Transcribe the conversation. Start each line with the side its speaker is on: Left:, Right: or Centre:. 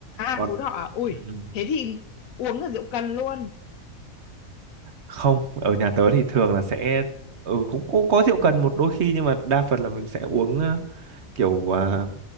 Left: à
Right: còn
Left: Phú Thọ à? ui
Right: ừ. ừ.
Left: thế thì uống là rượu cần luôn
Right: không ở nhà tớ thì thường là sẽ ừ cũng cũng có rượu cần một đôi khi nhưng mà đa phần là mình sẽ uống ờ, kiểu ờ,